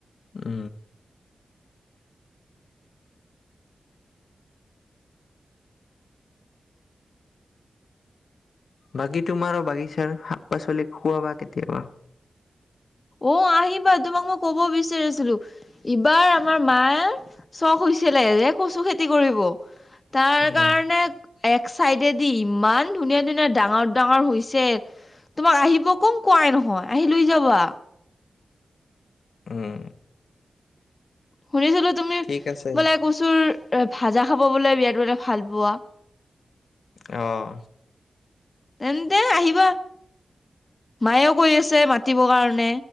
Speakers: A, on the left (about 75°); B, on the left (about 30°).
A: উ বাকী তোমাৰ বাগিচাৰ শাক পাচলি খুৱাবা কেতিয়াবা।
B: অ আহিবা তোমাক মই কব বিচাৰিছিলো ইবাৰ আমাৰ মাঁ চখ হৈছিলে, কচু খেতি? <unintelligible> কৰিব। তাৰ
A: উম
B: কাৰণে এক চাইডেদি ইমান ধুনীয়া ধুনীয়া ডাঙৰ ডাঙৰ হৈছে তোমাক আহিব কম কোৱাই নহয় আহি লৈ যাবা।
A: উম।
B: শুনিছিলো তুমি
A: ঠিক আছে
B: বোলে কচুৰ ভাজা খাব বোলে বিৰা বোলে ভাল পোৱা।
A: অহ,
B: তেন্ততে আহিবা মায়েও কৰি আছে মাতিবৰ কাৰণে।